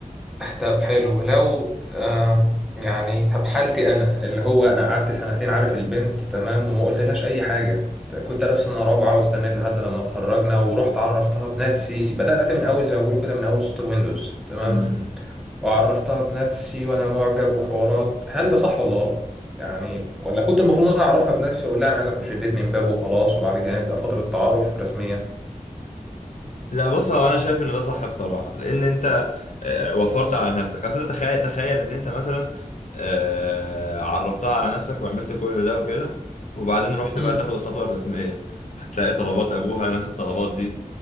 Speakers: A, in the centre; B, on the left (about 60°).
A: طب حلو لو آه يعني طب حالتي انا اللي هو انا قعدت سنتين عارف البنت تمام وما قلتلهاش اي حاجه كنت انا في سنه رابعه واستنيت لحد لما اتخرجنا ورحت عرفتها بنفسي بدات من اول زي ما بقولوا كده من اول سطر ويندوز تمام
B: يعني
A: وعرفتها بنفسي وانا معجب وحوارات هل ده صح ولا غلط يعني ولا كنت المفروض انا اعرفها بنفسي واقول لها انا عايز اخش البيت من بابه وخلاص وبعد كده نبدا فتره تعارف رسميه
B: لا بص هو انا شايف ان ده صح بصراحه لان انت آه، وفرت على نفسك اصل انت تخيل تخيل ان انت مثلا آه، عرفتها على نفسك وعملت كل ده وكده وبعدين رحت
A: امم
B: بقى تاخد الخطوه الرسميه هتلاقي طلبات ابوها نفس الطلبات دي